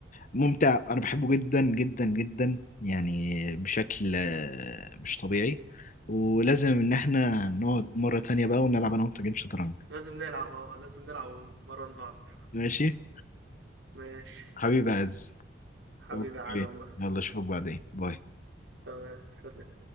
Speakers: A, on the left; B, on the right.
A: ممتع انا بحبه جدا جدا جدا يعني بشكل آه، مش طبيعي ولازم ان احنا نقعد مرة تانية بقى ونلعب انا وانت جيم شطرنج
B: لازم نلعب اه لازم نلعب ونمرن بعض
A: ماشي
B: ماشي
A: حبيبي عز
B: حبيبي
A: اوكي
B: يا علي والله
A: يلا اشوفك بعدين باي
B: تمام سلام